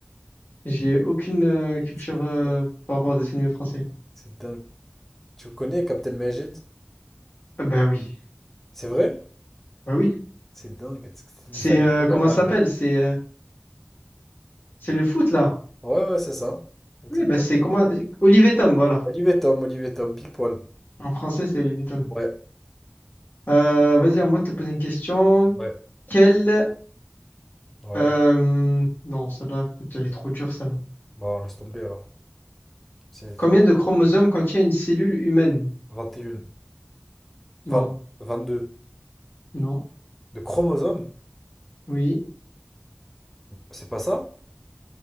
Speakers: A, on the left (about 50°); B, in the centre.
A: j'ai aucune euh, culture
B: C'est fou,
A: euh,
B: hein.
A: par rapport aux dessins animés français.
B: c'est dingue. Tu connais Captain Majid?
A: Ah, bah oui.
B: C'est vrai?
A: Bah oui.
B: C'est dingue. C'est c'est
A: C'est,
B: des dessins animés
A: euh, comment
B: ma
A: ça s'appelle?
B: mère.
A: C'est. euh, C'est le foot, là?
B: Ouais, ouais, c'est ça. Exactement.
A: Oui, bah, c'est comment... Olivier Tom, voilà.
B: Olive et Tom, Olive et Tom, pile poil.
A: En français, c'est Olivier Tom.
B: Ouais,
A: Euh, vas-y, à moi de te poser une question.
B: ouais,
A: Quel...
B: ouais.
A: euh, Non, celle-là, écoute, elle est trop dure, celle-là.
B: Bon, laisse tomber alors. C'est
A: Combien
B: dur.
A: de chromosomes contient une cellule humaine?
B: 21. 20,
A: Non,
B: 22.
A: non,
B: De chromosomes?
A: oui,
B: C'est pas ça?